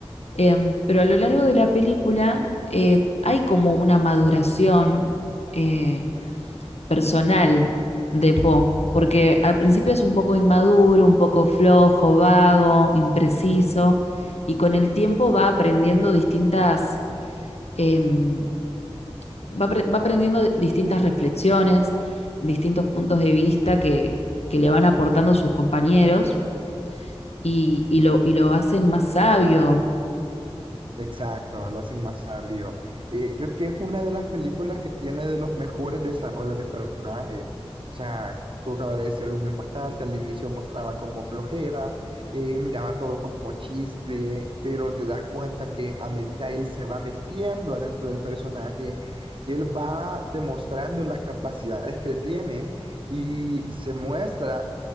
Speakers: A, on the left; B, on the right.
A: Em, pero a lo largo de la película eh, hay como una maduración eh, personal de Poe, porque al principio es un poco inmaduro, un poco flojo, vago, impreciso, y con el tiempo va aprendiendo distintas em, va, va aprendiendo distintas reflexiones, distintos puntos de vista que, que le van aportando sus compañeros y, y lo, y lo hacen más sabio.
B: Exacto, lo hacen más sabio. Eh, creo que es una de las películas que tiene de los mejores desarrollos de personaje. O sea, tú acabas de decir algo muy importante, al inicio mostraba como flojera, eh, miraba todo como chiste, pero te das cuenta que a medida él se va metiendo adentro del personaje, él va demostrando las capacidades que él tiene y se muestra